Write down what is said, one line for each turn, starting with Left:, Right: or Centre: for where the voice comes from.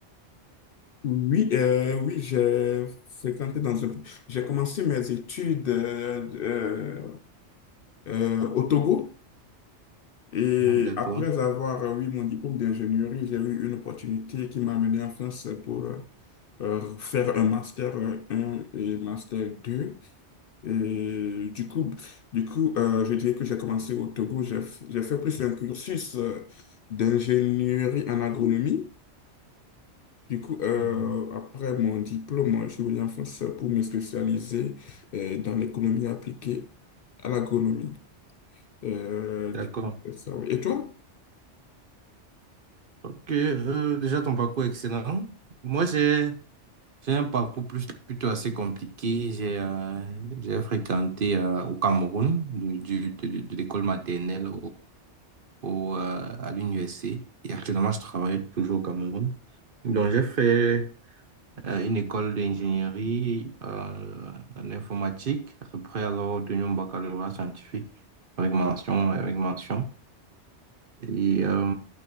Left: Oui, euh, oui, j'ai fréquenté dans un... J'ai commencé mes études euh, euh, euh, au Togo et
Right: Mhm. D'accord.
Left: après avoir euh, eu mon diplôme d'ingénierie, j'ai eu une opportunité qui m'a amené en France pour euh, euh, faire un master euh, un et master deux Et du coup, du coup euh, je dirais que j'ai commencé au Togo, j'ai f- j'ai fait plus un cursus euh, d'ingénierie en agronomie. Du coup, euh,
Right: Mhm.
Left: après mon diplôme, je suis venu en France pour me spécialiser euh, dans l'économie appliquée à l'agronomie. Euh,
Right: D'accord.
Left: du coup, c'est ça, oui. Et toi?
Right: Ok, euh, déjà ton parcours est excellent. Moi, j'ai, j'ai un parcours plus, plutôt assez compliqué. J'ai euh, j'ai fréquenté euh, au Cameroun, du, du- de, de- de l'école maternelle au, euh, à l'université. Et actuellement, je travaille toujours au Cameroun. Donc, j'ai fait euh, une école d'ingénierie euh, en informatique. Après, alors, obtenu un baccalauréat scientifique avec mention, avec mention. Et euh,